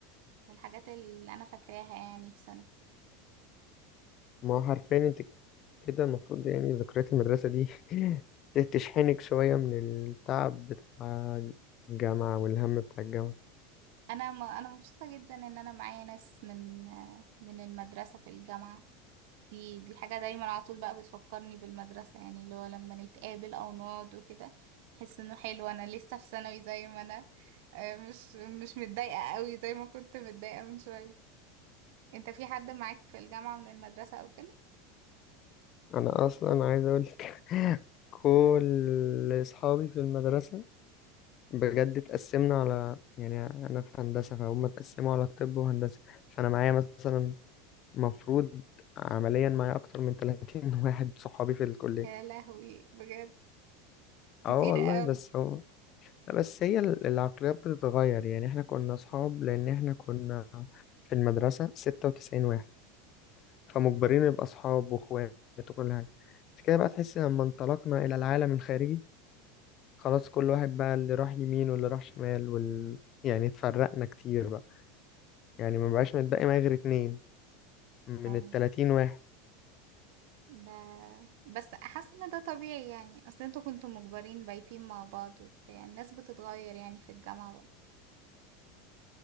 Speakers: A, on the right (about 70°); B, on the left (about 45°).
A: من الحاجات اللي انا فاكراها يعني في ثانوي
B: ما هو حرفيا انت كده المفروض يعني ذكريات المدرسة دي <laughs> تشحنك شوية من التعب بتاع الجامعة والهم بتاع الجامعة
A: انا م... انا مبسوطة جدا ان انا معايا ناس من من المدرسة في الجامعة دي دي حاجة دايما على طول بقى بتفكرني بالمدرسة يعني اللي هو لما نتقابل أو نقعد وكده أحس إنه حلو أنا لسه في ثانوي زي ما أنا آه، مش مش متضايقة قوي زي ما كنت متضايقة من شوية أنت في حد معاك في الجامعة من المدرسة أو كده؟
B: انا اصلا عايز اقول لك <laughs> كل اصحابي في المدرسه بجد اتقسمنا على يعني انا في هندسه فهم اتقسموا على طب وهندسه فانا معايا مثلا مفروض عمليا معايا اكتر من 30 <laughs> واحد صحابي في الكليه
A: يا لهوي بجد كتير
B: اه والله
A: قوي
B: بس هو بس هي ال- العقليات بتتغير يعني احنا كنا اصحاب لان احنا كنا في المدرسه 96 واحد فمجبرين نبقى أصحاب وإخوات وكل حاجة بس كده بقى تحس لما انطلقنا إلى العالم الخارجي خلاص كل واحد بقى اللي راح يمين واللي راح شمال وال... يعني اتفرقنا كتير بقى يعني ما بقاش متبقي معايا غير اتنين من
A: اه
B: التلاتين واحد
A: ده بس حاسة إن ده طبيعي يعني أصل أنتوا كنتوا مجبرين بايتين مع بعض وبتاع الناس بتتغير يعني في الجامعة